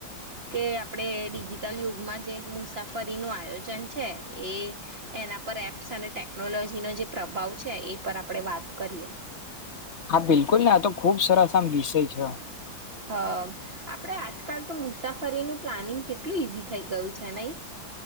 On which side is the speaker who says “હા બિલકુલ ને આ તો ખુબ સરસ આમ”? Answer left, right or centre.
Left